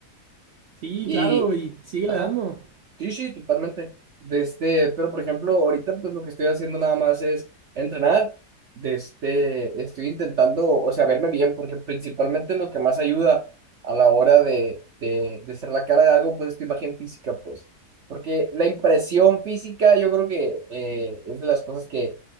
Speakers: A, on the right; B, on the right.
A: Sí,
B: Y,
A: claro, y sigue
B: ajá,
A: le dando.
B: sí, sí, totalmente. De este, pero por ejemplo, ahorita pues lo que estoy haciendo nada más es entrenar. De este, estoy intentando, o sea, verme bien, porque principalmente lo que más ayuda a la hora de, de, de ser la cara de algo, pues es tu imagen física, pues. Porque la impresión física yo creo que eh, es de las cosas que